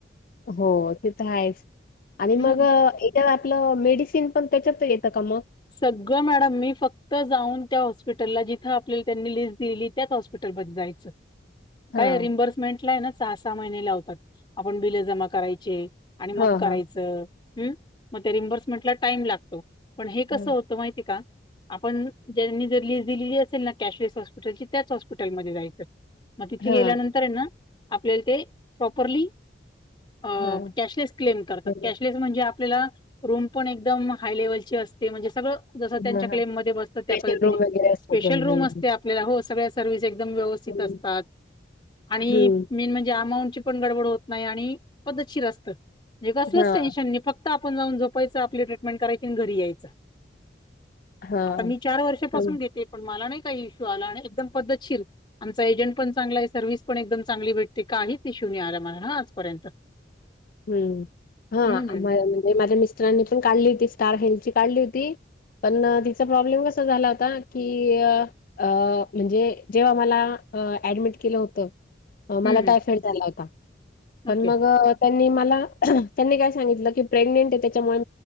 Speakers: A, on the left (about 50°); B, on the left (about 25°).
A: हो ते तर आहेच आणि
B: हम्म
A: मग एक त्या आपलं मेडिसिन पण त्याच्यात येतं का मग
B: सगळं मॅडम मी फक्त जाऊन त्या हॉस्पिटलला जिथं आपल्याला त्यांनी लिस्ट दिलीली त्याच हॉस्पिटलमध्ये जायचं काय
A: हां.
B: रिम्बर्समेंटला आहे ना सहा, सहा महिने लावतात आपण बिलं जमा करायचे आणि मग
A: हां
B: करायचं
A: हां.
B: हम् मग त्या रिम्बर्समेंट ला टाइम लागतो पण हे कसं
A: हं.
B: होतं माहिती का आपण ज्यांनी जर लीस दिलेली असेल ना कॅशलेस ल त्याच हॉस्पिटलमध्ये जायचं मग तिथे
A: हां.
B: गेल्यानंतर ना आपल्याला ते प्रॉपरली अ
A: हां.
B: कॅशलेस क्लेम करतात
A: बरोबर.
B: कॅशलेस म्हणजे आपल्याला रूम पण एकदम हाय लेवलची अस म्हणजे सगळं जस त्यांच्या
A: हां
B: क्ले
A: हां.
B: म बसतं त्या
A: ड्रेसिंग
B: पद्धतीने
A: रूम वगैरे असतो
B: स्पेशल
A: पण
B: रूम
A: हं.
B: असते आपल्याला हो सगळ्या सर्वस एकदम व्यवस्थित
A: हं.
B: असतात आणि
A: हं.
B: मेन म्हणजे अमाऊंटची पण गडबड होत नाही आणि पद्धतशीर असत म्हणजे कसलंच
A: हां.
B: टेनशन नाही फक्त आपण जाऊन झोपायचं आपली ट्रीटमेंट करायची आणि घरी यायचं
A: हां.
B: आता मी चार
A: हां.
B: वर्षापासून घेते पण मला नाही काही इश्यू आला आणि एकदम पद्धतशीर आमचा एजंट पण चांगला आहे सर्व्हिस पण एकदम चांगली
A: हं.
B: भेटते काहीच इशू आला नाही आम्हाला हा आजपर्यंत
A: हम्म हा
B: हम्म
A: म्हणजे माझ्या मिस्टरांनी पण काढली होती स्टार हेल्थची काढली होती पण तिचा प्रॉब्लेम कसा झाला होता की अ म्हणजे जेव्हा मलाअ ऍडमिट केलं होतं मला
B: हम्म.
A: टायफाइड झाला होता पण
B: ओके
A: मग त्यांनी मला त्यांनी काय सांगितलं की प्रेग्नेंट आहे त्याच्यामुळे